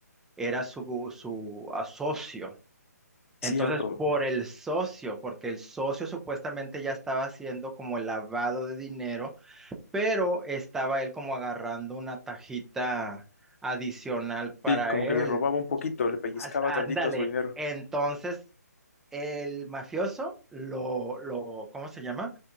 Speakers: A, in the centre; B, on the left.
A: era su, su socio. Entonces,
B: cierto.
A: por el socio, porque el socio supuestamente ya estaba haciendo como el lavado de dinero, pero estaba él como agarrando una tajita adicional para
B: Sí, como
A: él.
B: que le robaba un poquito, le pellizcaba
A: As- Ándale,
B: tantito a su dinero.
A: entonces el mafioso lo, lo, ¿cómo se llama?